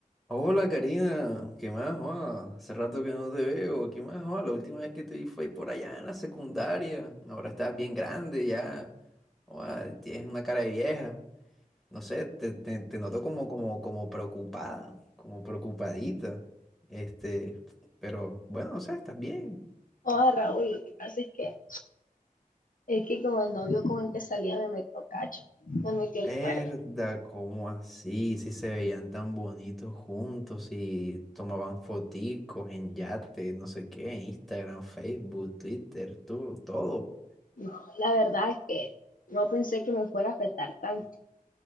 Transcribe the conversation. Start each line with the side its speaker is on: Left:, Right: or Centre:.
Centre: Hola Karina, ¿qué más? joa? Hace rato que no te veo, ¿qué más? joa? La última vez que te vi fue por allá en la secundaria, ahora estás bien grande ya, joa, tienes una cara de vieja, no sé, te, te- te noto como, como, como preocupada, como preocupadita, este, pero bueno, no sé, estás bien.
Left: O Raúl, lo que pasa es que, es que con el novio con el que salía me metió cacho, me metió el
Centre: Herda,
Left: cuerno.
Centre: ¿cómo así? Si se veían tan bonitos juntos, si tomaban foticos en yate, no sé qué, en Instagram, Facebook, Twitter, todo, todo.
Left: No, la verdad es que no pensé que me fuera a afectar tanto,